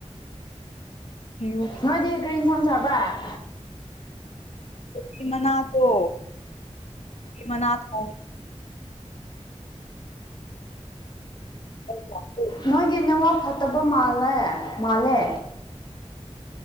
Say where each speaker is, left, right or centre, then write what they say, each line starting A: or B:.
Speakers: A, on the left; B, on the left.
A: ꯌꯨ
B: ꯅꯣꯏꯗꯤ ꯀꯔꯤ ꯏꯟꯁꯥꯡ ꯆꯥꯕ
A: ꯀꯣꯕꯤ ꯃꯅꯥꯗꯣ ꯀꯣꯕꯤ ꯃꯅꯥ ꯊꯣꯡꯉꯦ ꯂꯥꯛꯄ
B: ꯅꯣꯏꯒꯤ ꯅꯋꯥ ꯐꯠꯇꯕ ꯃꯥꯜꯂꯦ ꯃꯥꯜꯂꯦ